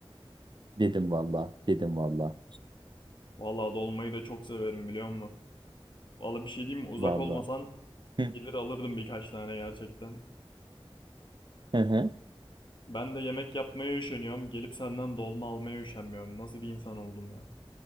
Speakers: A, on the right; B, on the left.
A: dedim valla. Dedim valla.
B: Vallahi dolmayı da çok severim biliyor musun? Vallahi bir şey diyeyim mi? Uzak
A: Valla.
B: olmasan
A: Hı.
B: gelir alırdım birkaç tane gerçekten.
A: Hı hı.
B: Ben de yemek yapmaya üşeniyorum. Gelip senden dolma almaya üşenmiyorum. Nasıl bir insan oldum ya?